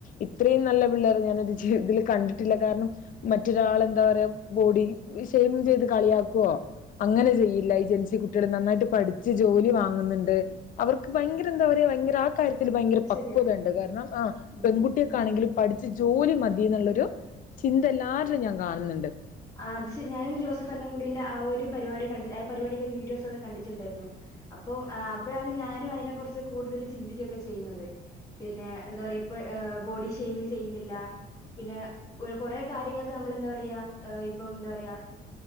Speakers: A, on the left; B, on the left.
A: ഇത്രയും നല്ല പിള്ളേർ ഞാന് ജവിതത്തിൽ കണ്ടിട്ടില്ല കാരണം മറ്റൊരാൾെന്താ പറയാ ബോഡി ഷെമിങ് ചെയ്ത് കളിയാക്കുവോ അങ്ങനെ ചെയ്യില്ല ഏഹ് ജൻസി കുട്ടികൾ നന്നായിട്ട് പഠിച്ച് ജോലി വാങ്ങുന്നുണ്ട് അവർക്ക് ഭയങ്കര എന്താ പറയ ഭയങ്കര ആഹ കാര്യത്തിൽ ഭയങ്കര പക്വത
B: ശരിയാ
A: ഉണ്ട് കാരണം ആ
B: ഉം
A: പെൺകുട്ട കുട്ടിയക്കെ ആണെങ്കിലും പഠിച്ച് ജോലി മതി എന്നുള്ളൊരു ചിന്ത എല്ലാവരിലും ഞാൻ കാണുന്നുണ്ട്
B: ആഹ് അത് ഞാനും ജോസഫ്ണ് കൂടിന്റെ ആഹ ഒരു പരിപാടി കണ്ട് ആ പരിപാടിന്റെ വീഡിയോസ് ഒക്കെ കണ്ടിട്ടുണ്ടായിരുന്നു അപ്പം അപ്പോഴാണ് ഞാനും അതിനെ കുുറിച്ച് കൂടുതൽ ചിന്തിക്കുകൊക്കെ ചെയ്യുന്നത് പിന്നെ എന്താ പറയാ ഇപ്പം ബോഡി ഷേമിങ് ചെയ്യുന്നില്ല പിന്നെ കൊറെ കാര്യങ്ങൊക്കെ നമ്മൾ എന്താ പറയാ ഇപ്പം എന്താ പറയാ